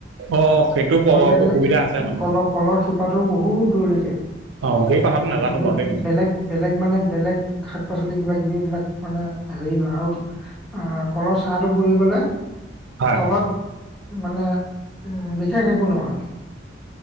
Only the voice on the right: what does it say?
অ সেইটো
অসুবিধা আছে মানে
অ', সেই কথাাতটো নাজানোঁ
বাৰু দেই মই।
হয়